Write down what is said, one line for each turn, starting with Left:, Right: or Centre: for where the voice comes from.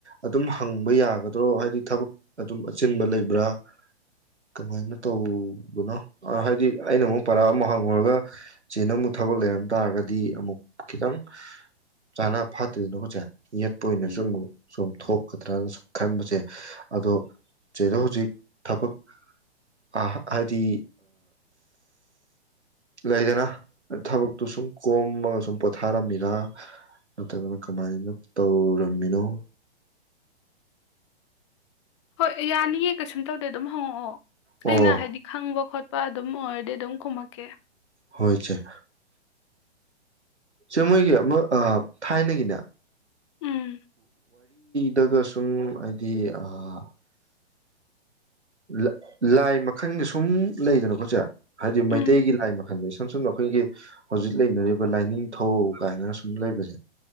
Right: ꯑꯗꯨꯝ ꯍꯪꯕ ꯌꯥꯒꯗ꯭ꯔꯣ ꯍꯥꯏꯗꯤ ꯊꯕꯛ ꯑꯗꯨꯝ ꯑꯆꯤꯟꯕ ꯂꯩꯕ꯭ꯔꯥ ꯀꯃꯥꯏꯅ ꯇꯧꯕꯅꯣ ꯍꯥꯏꯗꯤ ꯑꯩꯅ ꯑꯃꯨꯛ ꯄꯔꯥ ꯑꯃ ꯍꯥꯡꯉꯨꯔꯒ ꯆꯦꯅꯥ ꯑꯃꯨꯛ ꯊꯕꯛ ꯂꯩꯔꯝ ꯇꯥꯔꯒꯗꯤ ꯑꯃꯨꯛ ꯈꯤꯇꯪ ꯆꯥꯅꯥ ꯐꯥꯠꯇꯦꯗꯅꯀꯣ ꯆꯦ ꯌꯦꯠꯄ ꯑꯣꯏꯅꯁꯨ
Left: ꯎꯝ
Right: ꯑꯃꯨꯛ ꯁꯨꯝ ꯊꯣꯛꯀꯗ꯭ꯔꯅ ꯁꯨꯝ ꯈꯟꯕ ꯆꯦ ꯑꯗꯣ ꯆꯦꯗꯣ ꯍꯧꯖꯤꯛ ꯊꯕꯛ ꯑꯥ ꯍꯥꯏꯗꯤ ꯂꯩꯗꯅ ꯊꯕꯛꯇꯨ ꯁꯨꯝ ꯀꯣꯝꯃꯒ ꯁꯨꯝ ꯄꯣꯊꯥꯔꯝꯃꯤꯔꯥ ꯅꯠꯇ꯭ꯔꯒꯅ ꯀꯃꯥꯏꯅ ꯇꯧꯔꯝꯃꯤꯅꯣ
Left: ꯍꯣꯏ ꯌꯥꯅꯤꯌꯦ ꯀꯩꯁꯨꯝ ꯇꯧꯗꯦ ꯑꯗꯨꯝ ꯍꯪꯉꯛꯑꯣ
Right: ꯑꯣ
Left: ꯑꯩꯅ ꯍꯥꯏꯗꯤ ꯈꯪꯕ ꯈꯣꯠꯄ ꯄꯥꯗꯨꯞ ꯑꯗꯨꯝ ꯑꯣꯏꯔꯗꯤ ꯑꯗꯨꯝ ꯈꯨꯝꯃꯛꯀꯦ
Right: ꯍꯣ ꯍꯣꯏ ꯆꯦ ꯆꯦ ꯃꯣꯏꯒꯤ ꯑꯃ ꯑꯥ ꯊꯥꯏꯅꯒꯤꯅꯦ
Left: ꯎꯝ
Right: ꯗꯒ ꯁꯨꯝ ꯍꯥꯏꯗꯤ ꯑꯥ ꯂ ꯂꯥꯏ ꯃꯈꯟꯒ ꯁꯨꯝ ꯂꯩꯗꯅꯀꯣ ꯆꯦ ꯍꯥꯏꯗꯤ
Left: ꯎꯝ
Right: ꯃꯩꯇꯩꯒꯤ ꯂꯥꯏ ꯃꯈꯜꯗꯣ ꯁꯨꯝ ꯁꯨꯝ ꯑꯩꯈꯣꯏꯒꯤ ꯍꯧꯖꯤꯛ ꯂꯩꯅꯔꯤꯕ ꯂꯥꯏꯅꯤꯡꯊꯧ ꯀꯥꯏꯅ ꯁꯨꯝ ꯂꯩꯕꯁꯦ